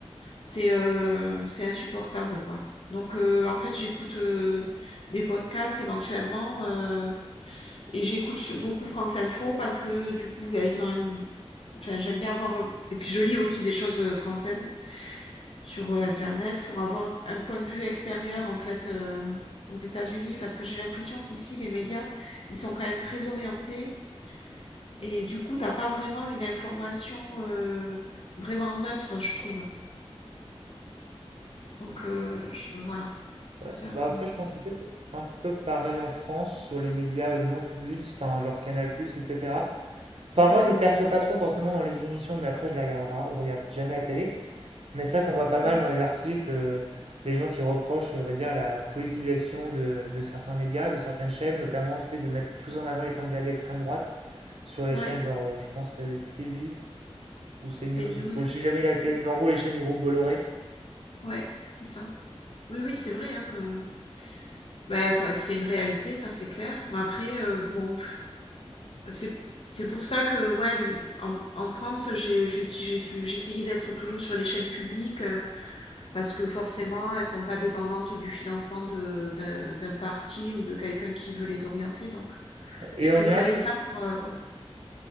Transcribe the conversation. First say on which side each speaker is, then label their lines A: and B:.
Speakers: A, on the left; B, on the right.
A: c'est euh, c'est insupportable quoi. Donc euh, en fait j'écoute euh, des podcasts éventuellement euh, et j'écoute sur- beaucoup France Info parce que du coup bah, ils ont une... enfin j'aime bien voir et puis je lis aussi des choses euh, françaises sur, heu, internet pour avoir un point de vue extérieur en fait, heu, aux États-Unis parce que j'ai l'impression qu'ici les médias, ils sont quand même très orientés et du coup, t'as pas vraiment une information, heu, vraiment neutre, je trouve. Donc heu, je voilà, je préfère,
B: Ouais. Bah
A: heu,
B: après, je pense que c'est peut-être un peu pareil en France sur les médias euh, non publics, enfin genre Canal+, etc. Enfin,
A: ouais,
B: moi, je le perçois pas trop forcément dans les émissions, mais après, je les regarde, ra- je regarde jamais à télé. Mais c'est vrai qu'on voit pas mal
A: ouais,
B: dans les articles euh, les gens qui reprochent, on va dire, la politisation de, de certains médias, de certaines chaînes, notamment le fait de mettre plus en avant les candidats d'extrême droite sur les
A: ouais,
B: chaînes, genre, euh, je pense que ça doit être C8 ou CNews.
A: CNews.
B: Bon, je sais jamais laquelle,
A: Mmh.
B: mais en gros, les chaînes du groupe Bolloré.
A: Ouais, c'est ça. Oui, oui, c'est vrai, hein, heu, bah, ça, c'est une réalité, ça, c'est clair. Mais après, heu, bon C'est c'est pour ça que ouais, les- en, en France, j'ai j'ai- j'ai- j'ai essayé d'être toujours sur les chaînes publiques euh, parce que forcément, elles sont pas dépendantes du financement de, d'un d'un parti ou de quelqu'un qui veut les orienter. Donc,
B: Et
A: je préférais
B: en général, je trouve
A: ça pour euh, voilà.